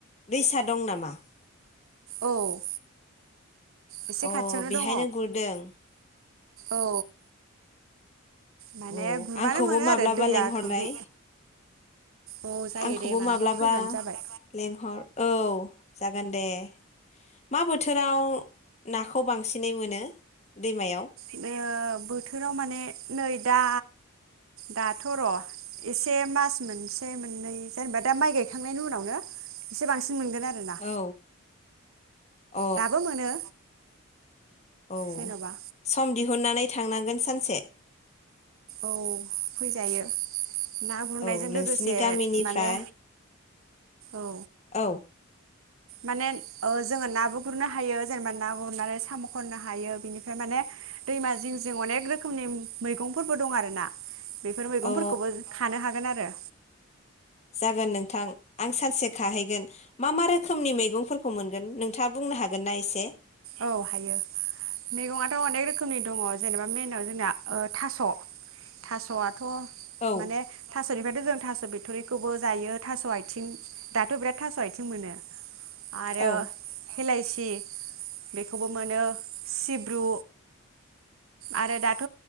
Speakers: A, on the left; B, on the right.
A: दैसा दं नामा?
B: औ एसे
A: अ
B: खाथियावनो
A: बेहायनो
B: दङ
A: गुरदों।
B: औ। माने
A: औ
B: गुरबानो
A: आंखौबो
B: मोनो
A: माब्लाबा
B: आरो दैया
A: लेंंहरलाय
B: थौलि औ जायो
A: आंखौबो
B: दे मालाबा
A: माब्लाबा
B: फैबानो जाबाय
A: लेंहर औ। जागोन दे मा बोथोराव नाखौ बांसिनै मोनो दैमायाव?
B: ओ बोथोराव माने नै दा दाथ र एसे मास मोनसे मोननै जेनेबा दा माइ गायखांनायनि उनावनो एसे बांसिन मोनगोन आरोना
A: औ अ
B: दाबो मोनो
A: औ
B: जेन'बा
A: साम दिहुनन्नानै थांनांगोन सानसे
B: औ फैजायो ना गुरनायजों
A: औ नोंसिनि
B: लोगोसे
A: गामिनिफ्राय
B: माने औ
A: औ
B: माने जोङो नाबो गुरनो हायो जेनेबा ना गुरनानै साम' खननो हायो बिनिफ्राय माने दैमा जिं जिं अनेक रोखोमनि मैगंफोरबो दं आरो ना बेफोर मैगंफोरखौबो
A: अ
B: खानो हागोन आरो
A: जागोन नोंथां आं सानसे खाहैगोन मा मा रोखोमनि मैगंफोरखौ मोनगोन नोंथाङा बुंनो हागोन ना एसे
B: औ हायो मैगंथ' अनेक रोखोमनि दङ जेनेबा मइेनाव जोंना थास' थास'आ थ
A: औ
B: माने थास'निफ्रायथ' जों थास' बिथ'रिखौबो जायो थास' आथिं दाथ' बिराद थास' आथिं मोनो आरो
A: औ
B: हेलायसि बेखौबो मोनो सिब्रु आरो दाथ'